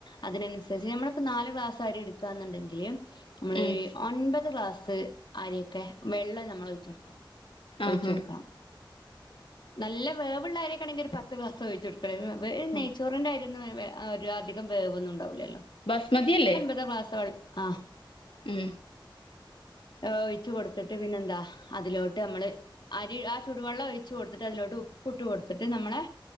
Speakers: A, on the left (about 60°); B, on the left (about 90°).
A: അതിനനുസരിച്ച് നമ്മളിപ്പോ നാല് ഗ്ലാസ് അരി എടുക്കാന്നുണ്ടെങ്കില് നമ്മളൊരു
B: ഉം
A: ഒൻപത് ഗ്ലാസ് അരിയൊക്കെ വെള്ളം നമ്മള് ഒഴിച്ചു കൊടുക്കണം ഒഴിച്ചു
B: ആഹ്
A: കൊടുക്കണം നല്ല വേവുള്ള അരിയൊക്കെയാണെങ്കിൽ ഒരു പത്ത് ഗ്ലാസ് ഒഴിച്ചു കൊടുക്കണം. നെയ്ച്ചോറിന്റെ
B: ആഹ്
A: <unintelligible> അധികം വേവൊന്നും ഉണ്ടാവില്ലല്ലോ
B: ബസ്മതി അല്ലെ
A: <unintelligible> ആഹ്
B: ഉം
A: ഒഴിച്ചു കൊടുത്തിട്ട് പിന്നെന്താ അതിലോട്ട് നമ്മള് അരി ആ ചുടുവെള്ളം ഒഴിച്ചു കൊടുത്തിട്ട് അതിലോട്ട് ഉപ്പിട്ട് കൊടുത്തിട്ട് നമ്മള്